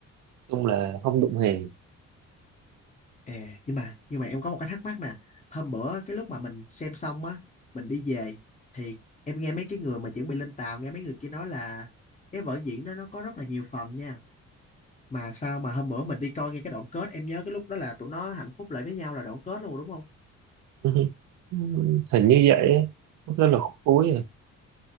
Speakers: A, on the right; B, on the left.
A: chung là không đụng hàng
B: À, nhưng mà nhưng mà em có một cái thắc mắc nè hôm bữa cái lúc mà mình xem xong á mình đi về thì em nghe mấy cái người mà chuẩn bị lên tàu nghe mấy người kia nói là cái vở diễn đó nó có rất là nhiều phần nha mà sao mà hôm bữa mình đi coi ngay cái đoạn kết em nhớ cái lúc đó là tụi nó hạnh phúc lại với nhau là đoạn kết luôn đúng không
A: <laughs> hình như vậy á. lúc đó là khúc cuối rồi